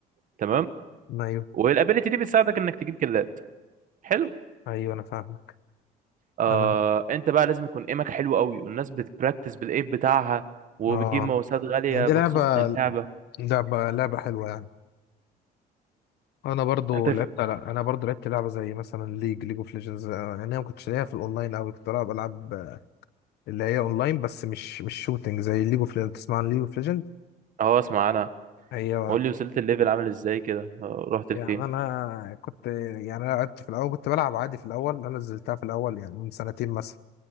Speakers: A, on the right; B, on the left.
A: تمام
B: ايوه
A: والابيليتي دي بتساعدك انك تجيب كلات حلو
B: ايوه انا فاهم
A: آه
B: انا
A: انت بقى لازم يكون ايمك حلو قوي والناس بتبراكتس بالايم بتاعها وبتجيب
B: اه
A: ماوسات غالية
B: يعني دي
A: بخصوص
B: لعبة
A: للعبة
B: لعبة لعبة حلوة يعني انا برضو
A: انت في...
B: لعبت لا انا برضو لعبت لعبة زي مثلا ليج ليج اوف ليجندز يعني انا ما كنتش ليا في الاونلاين قوي كنت بلعب العاب آه، اللي هي اونلاين بس مش مش شوتينج زي ليج اوف ليجندز تسمع عن ليج اوف ليجند
A: اهو اسمع انا
B: هي
A: قول لي وصلت الليفل عامل ازاي كده آه، رحت
B: يعني
A: لفين
B: انا كنت يعني أنا لعبت في الاول كنت بلعب عادي في الاول انا نزلتها في الاول يعني من سنتين مثلا